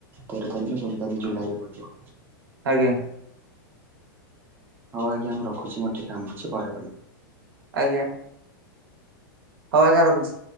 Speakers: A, on the right; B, on the right.
A: ତେର ତାରଖ ନା ଚଉଦ ତାରିଖ ଜୁଲାଇ ରେ ପଡ଼ିବ।
B: ଆଜ୍ଞା।
A: ହଉ ଆଜ୍ଞା ମୁଁ ରଖୁଛି। ମୋର ଟିକେ କାମ ଅଛି ପରେ କରିବି।
B: ଆଜ୍ଞା ହଉ ଆଜ୍ଞା ରଖୁଛି।